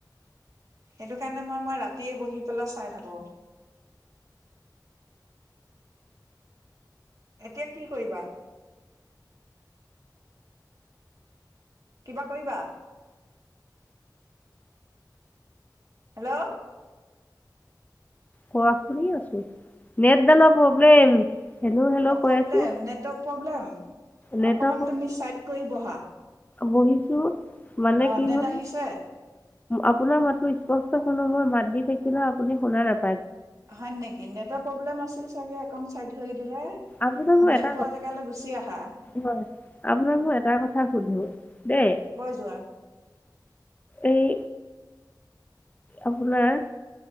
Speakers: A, on the right (about 50°); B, on the left (about 20°).
A: সেইটো কাৰণে মই মই ৰাতিয়ে বহি পেলাই চাই থাকো। এতিয়া কি কৰিবা? কিবা কৰিবা? হেল্ল'।
B: কোৱা শুনি আছো, নেটডালৰ প্ৰব্লেম। হেল্ল' হেল্ল'
A: অ'প্ৰব্লেম,
B: কৈ আছো
A: নেৰ্টৱক প্ৰব্লেম,
B: নেটৰ
A: অকমান তুমিা চাইদ কৰি ব'হা।
B: বহিছো। মানে
A: অ
B: কি
A: নেট
B: হ'ল
A: আহিছে
B: আপোনাৰ মাতো স্পষ্ট ভাবে মই মাত দি থাকিলেও শুনা নাপাই।
A: হয় নেকি নেটৱৰ্ প্ৰব্লেম আছিল চাগে। অকন চাইদ হৈ দিলে নেটপোৱা
B: আপোনাক মই এটা কথা
A: জেগালৈ গুচি আহা।
B: হয় আপোনাক মই এটা কথা সুধো দেই?
A: কৈ যোৱা
B: সেই আপোনাৰ